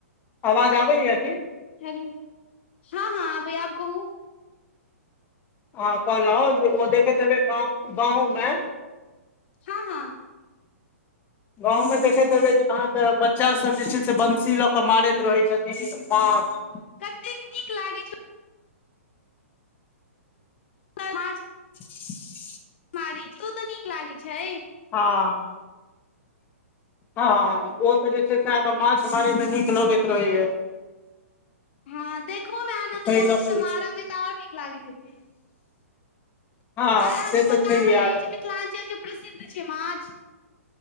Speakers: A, on the left; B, on the left.
A: आवाज आबैया
B: हेलो हँ हँ आबै या आब कहू
A: हँ कहल ओ देख तै ग गाँवमे
B: हँ हँ
A: गाँंव मे देखैत हेबे जे अहाँके बच्चा सब जे छै से कुसी लऽ कऽ मारैत रहै छथिन माछ
B: एतेक नीक लागै छै छ <unintelligible>
A: <inaudible>
B: छै ओ तऽ नीक लागैत छै
A: हँ हँ ओ तऽ जे छै से अहाँके माछ मारे मे नीक लगैत रहैत
B: हँ देखहोमे आनन्द
A: ताहि
B: लगैत
A: लऽ
B: छै
A: कऽ
B: तऽ
A: जे
B: मारयमे तऽ आओर नीक लागैत हेतै
A: हँ
B: आर अहाँके
A: से तऽ
B: पता
A: छैहे
B: नहि
A: अहाँके
B: अछि मिथिलाञ्चलके प्रसिद्ध छै माछ।